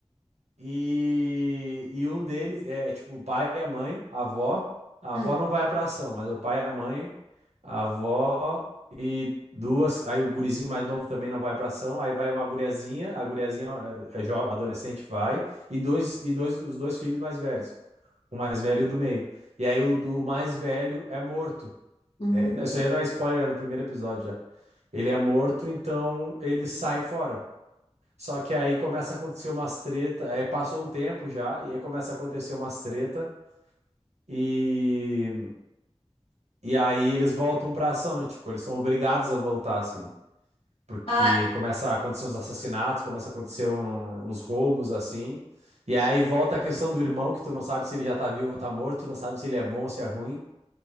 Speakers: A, on the right; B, on the left.
A: E, e um deles é, é tipo o pai e a mãe, a avó. A
B: Hum.
A: avó não vai pra ação, mas é o pai e a mãe, a avó e duas. Aí o gurizinho mais novo também não vai pra ação. Aí vai uma guriazinha, a guriazinha é, é jo- adolescente vai, e dois, e dois, os dois filhos mais velhos, o mais velho e o do meio. E aí o do mais velho é morto.
B: Hum.
A: É, não, isso aí não é spoiler, é no primeiro episódio já. Ele é morto, então ele sai fora. Só que aí começa a acontecer umas treta, aí passou um tempo já, e aí começa a acontecer umas treta, e, e aí eles voltam pra ação, e, tipo, eles são obrigados a voltar, assim, porque
B: Ah,
A: começa a acontecer uns assassinatos, começa a acontecer um- uns roubos, assim, e aí volta a questão do irmão, que tu não sabe se ele já tá vivo ou tá morto, tu não sabe se ele é bom ou se é ruim,